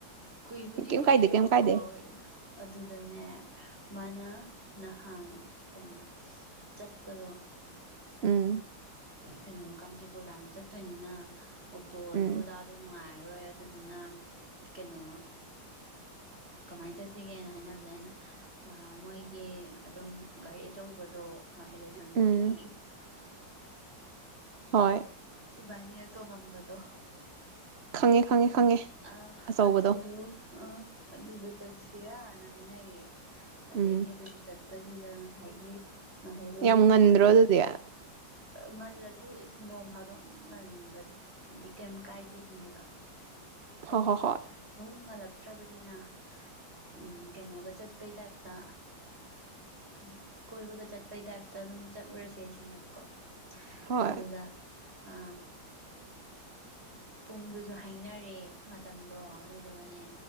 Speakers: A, on the right; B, on the right.
A: ꯀꯨꯏꯕꯨꯗꯤ
B: ꯀꯩꯝ
A: ꯀꯨꯏꯔꯦꯕ
B: ꯀꯥꯏꯗꯦ ꯀꯩꯝ ꯀꯥꯏꯗꯦ
A: ꯀꯣꯏ꯫ ꯑꯗꯨꯗꯅꯦ ꯃꯥꯅ ꯅꯍꯥꯟ ꯀꯩꯅꯣ ꯆꯠꯄꯗꯣ꯫
B: ꯎꯝ
A: ꯀꯩꯅꯣ꯫ ꯀꯥꯟꯆꯤꯄꯨꯔꯇꯥꯅ ꯆꯠꯇꯣꯏꯅꯤꯅ꯫ ꯑꯣꯛꯇꯣ ꯑꯗꯨ
B: ꯎꯝ
A: ꯑꯗꯥ ꯅꯨꯡꯉꯥꯏꯔꯔꯣꯏ ꯑꯗꯨꯗꯨꯅ ꯀꯩꯅꯣ ꯀꯃꯥꯏꯅ ꯆꯠꯁꯤꯒꯦꯅ ꯍꯥꯏꯅꯕꯁꯦ ꯑꯩꯅ ꯃꯣꯏꯒꯤ ꯑꯗꯨꯝ ꯒꯥꯔꯤ ꯑꯆꯧꯕꯗꯣ꯫ ꯃꯥ ꯍ ꯂ ꯁꯪꯗꯣ
B: ꯎꯝ
A: ꯀ
B: ꯍꯣꯏ
A: ꯏꯕꯥꯅꯤ ꯅ ꯇꯣ ꯉꯝꯕꯗꯣ
B: ꯈꯪꯉꯦ ꯈꯪꯉꯦ ꯈꯪꯉꯦ
A: ꯑ
B: ꯑꯆꯧꯕꯗꯣ
A: ꯑꯗꯨꯗꯨ ꯑ ꯑꯗꯨꯗ ꯆꯠꯁꯤꯔꯥꯅ ꯍꯥꯏꯅꯔꯤ ꯑꯗꯗꯤ
B: ꯎꯝ
A: ꯑꯗꯨ ꯆꯠ ꯑꯁꯤꯗ ꯉꯁꯥꯏꯒꯤ ꯃꯍꯩꯔꯣꯏꯒꯤ
B: ꯌꯥꯝꯟꯗꯣ ꯑꯗꯨꯗꯤꯌꯥ
A: ꯉꯜꯂꯁꯨ ꯏꯁ ꯅꯣꯡ ꯐꯥꯗꯣꯛ ꯉꯟꯕꯗꯤ ꯀꯩꯝ ꯀꯥꯏꯗꯦ ꯁꯤꯅꯦꯕ ꯍꯥꯏꯗꯤ
B: ꯍꯣꯏ ꯍꯣꯏ ꯍꯣꯏ
A: ꯁꯨꯝꯃꯂ ꯆꯠꯇ꯭ꯔꯕꯅꯤꯅ ꯎꯝ ꯀꯩꯅꯣꯒ ꯆꯠꯄꯩ ꯇꯥꯏꯞꯇ ꯀꯔꯤ ꯀꯣꯏꯕꯒ ꯆꯠꯄꯩ ꯇꯥꯏꯞꯇ ꯑꯗꯨꯝ ꯆꯠꯂꯨꯔꯁꯦ ꯁꯤꯅꯦꯕꯀꯣ
B: ꯍꯣꯏ
A: ꯑꯗꯨꯗ ꯑ ꯄꯨꯡꯗꯨꯁꯨ ꯍꯥꯏꯅꯔꯦ ꯃꯣ ꯑꯗꯨꯒꯅꯦ